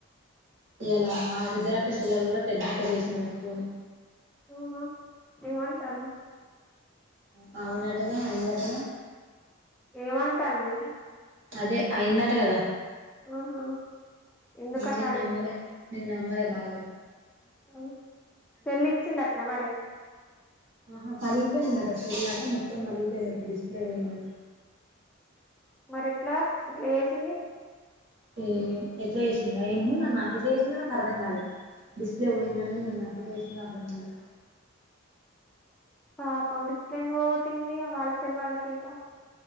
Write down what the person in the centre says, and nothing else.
ఆహా ఏమంటాంది
ఏమం టంది.
ఆహా ఎందుకట
అవును సెల్లు ఇచ్చిందటన మరి.
మరి ఎట్లా అట్లా చేసింది.
పాపం డెస్ప్ల్ ఎందుకు పో పిన్ని వాళ్ళసెల్ వాళ్ళకీయక